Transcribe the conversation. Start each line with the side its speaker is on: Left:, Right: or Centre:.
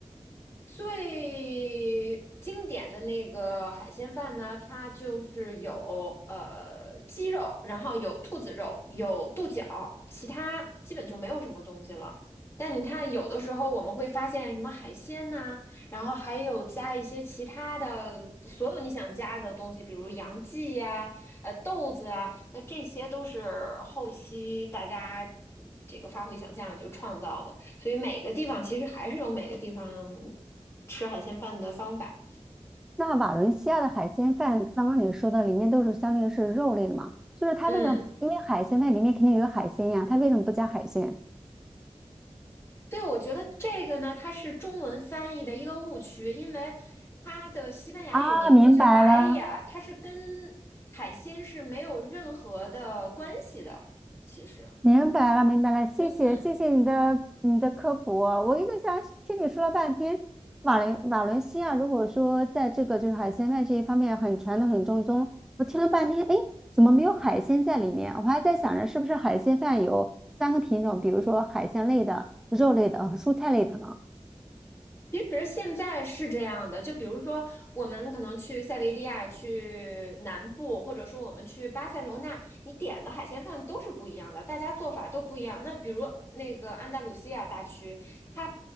Left: 最经典的那个海鲜饭呢，它就是有呃鸡肉，然后有兔子肉，有豆角，其他基本就没有什么东西了。但你看，有的时候我们会发现什么海鲜呐、然后还有加一些其他的，所有你想加的东西，比如洋蓟呀、呃，豆子啊，那这些都是后期大家嗯这个发挥想象就创造的，所以每个地方其实还是有每个地方吃海鲜饭的方法。
Centre: 那瓦伦西亚的海鲜饭，刚刚你说的里面都是相当于是肉类的嘛？就是它为什么？
Left: 嗯，
Centre: 因为海鲜饭里面肯定有海鲜呀，它为什么不加海鲜？
Left: 对，我觉得这个呢，它是中文翻译的一个误区，因为它的西班牙语名字叫白雅，
Centre: 啊，明白了，
Left: 它是跟海鲜是没有任何的关系的，其实，
Centre: 明白了，明白了，谢谢，
Left: 嗯。
Centre: 谢谢你的你的科普哦我一个想听你说了半天，瓦伦瓦伦西亚如果说在这个就是海鲜饭这一方面很传统很正宗，我听了半天，哎，怎么没有海鲜在里面？我还在想着是不是海鲜饭有三个品种，比如说海鲜类的、肉类的和蔬菜类的呢？
Left: 其实现在是这样的，就比如说我们可能去塞维利亚、去南部，或者说我们去巴塞罗那，你点的海鲜饭都是不一样的，大家做法都不一样。那比如那个安达卢西亚大区，它